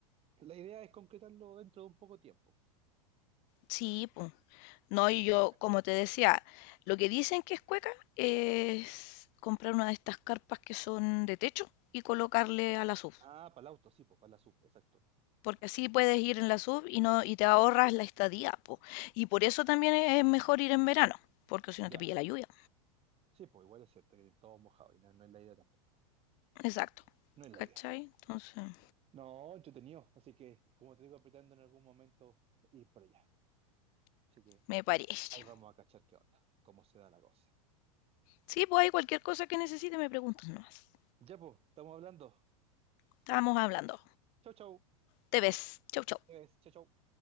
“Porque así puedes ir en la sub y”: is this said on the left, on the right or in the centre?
Left